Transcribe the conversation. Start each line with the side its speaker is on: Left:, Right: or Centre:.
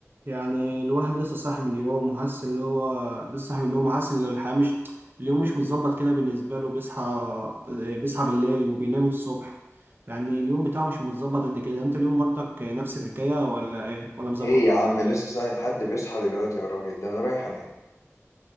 Right: يعني الواحد لسه صاحي من اليوم وحاسس اللي هو لسه صاحي من النوم وحاسس ان الحياة مش اليوم مش متظبط كده بالنسبة له بيصحى آه، بيصحى بالليل وبينام الصبح يعني اليوم بتاعه مش متظبط قد كده انت اليوم برضك نفس الحكاية ولا ايه ولا مظبط
Left: ايه يا عم لسه صاحي حد بيصحى دلوقتي يا راجل ده انا رايح انام